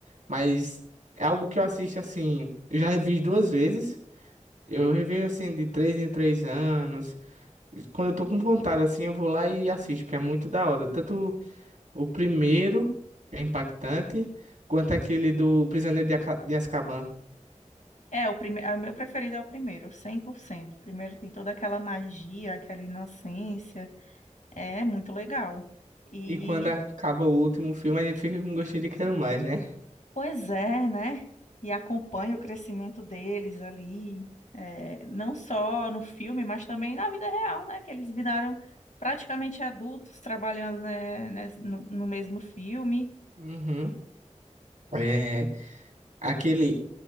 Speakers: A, on the right; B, on the left.
A: mas é algo que eu assisto assim, eu já revi duas vezes. Eu revejo assim de três em três anos. Quando eu tô com vontade assim, eu vou lá e assisto, porque é muito da hora. Tanto o primeiro é impactante, quanto aquele do Prisioneiro de, Aca- de Azkaban.
B: É, o prime... é, o meu preferido é o primeiro, 100%. O primeiro tem toda aquela magia, aquela inocência. É muito legal. E,
A: E quando acaba o último filme, a gente fica com gostinho de quero mais, né?
B: pois é, né? E acompanha o crescimento deles ali, é, não só no filme, mas também na vida real, né? Que eles viraram praticamente adultos trabalhando, né, né, no no mesmo filme.
A: Uhum. É, aquele